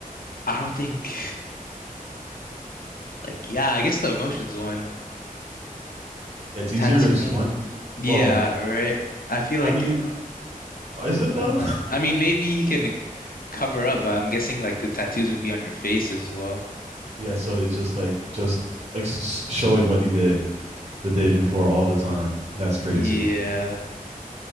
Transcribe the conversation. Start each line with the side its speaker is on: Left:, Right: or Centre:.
Left: I don't think like yeah. I guess the emotions one,
Right: It's
Left: tattoo
Right: easier to explain.
Left: one. Yeah,
Right: Well,
Left: right. I feel
Right: I
Left: like
Right: mean, is it though?
Left: I don't know. I mean, maybe you can like, cover up, but I'm guessing like the tattoos would be on your face as well.
Right: <laughs> yeah, so it's just like just ex- showing what you did the day before all the time. That's crazy.
Left: Yeah.